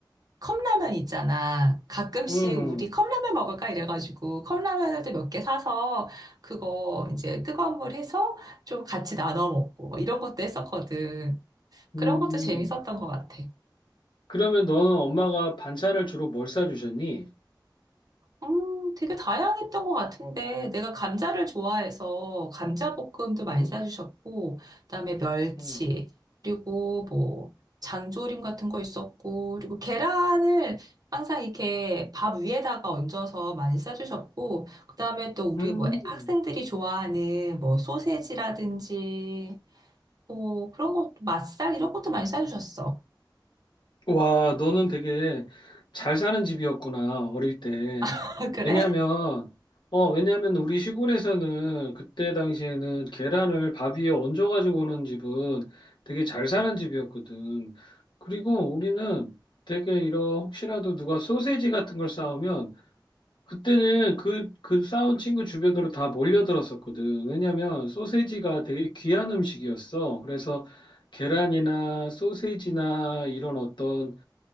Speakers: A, on the right; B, on the left.
A: 컵라면 있잖아. 가끔씩
B: 음,
A: 우리 컵라면 먹을까 이래가지고 컵라면을 또 몇 개 사서 그거 이제 뜨거운 물 해서 좀 같이 나눠 먹고 뭐 이런 것도 했었거든. 그런
B: 음.
A: 것도 재밌었던 것 같아.
B: 그러면 너는 엄마가 반찬을 주로 뭘 싸주셨니?
A: 음, 되게 다양했던 것 같은데, 내가 감자를 좋아해서 감자볶음도 많이
B: 음,
A: 싸주셨고, 그다음에 멸치,
B: 음.
A: 그리고 뭐, 장조림 같은 거 있었고, 그리고 계란을 항상 이렇게 밥 위에다가 얹어서 많이 싸주셨고, 그다음에 또 우리
B: 음.
A: 뭐 학생들이 좋아하는 뭐 소세지라든지, 뭐 그런 것도 맛살 이런 것도 많이 싸주셨어.
B: 와, 너는 되게 잘 사는 집이었구나, 어릴 때.
A: <laughs> 그래?
B: 왜냐면, 어, 왜냐면 우리 시골에서는 그때 당시에는 계란을 밥 위에 얹어가지고 오는 집은 되게 잘 사는 집이었거든. 그리고 우리는 되게 이런 혹시라도 누가 소세지 같은 걸 싸오면 그때는 그, 그 싸운 친구 주변으로 다 몰려들었었거든. 왜냐면 소세지가 되게 귀한 음식이었어. 그래서 계란이나 소세지나 이런 어떤